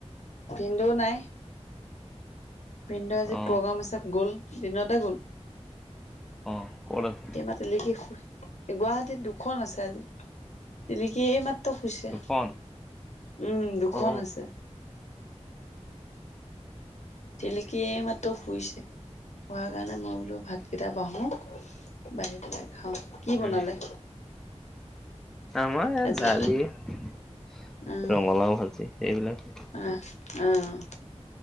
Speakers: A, on the left; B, in the centre.
A: ভিনদেউ নাই? ভিনদেউ আজি
B: অ
A: প্ৰগ্ৰাম আছে গ'ল? দিনতে গ'ল।
B: অ ক'ত আছে
A: তেমা তেলেকি সু গুৱাহাটীত দু খন আছে আজি। তিলিকি এই মাত্ৰ শুইছে।
B: দুখন
A: উম, দুখন
B: অ
A: আছে। তিলিকি এই মাত্ৰ শুইছে। হোৱা কাৰণে মই বোলো ভাতকেইটা বাঢ়ো। বাঢ়ি পেলে খাওঁ। কি
B: উম।
A: বনালে
B: আমাৰ ইয়াত,
A: আজি
B: দালি
A: উম
B: ৰঙালাও ভাজি এইবিলাকে।
A: আহ আহ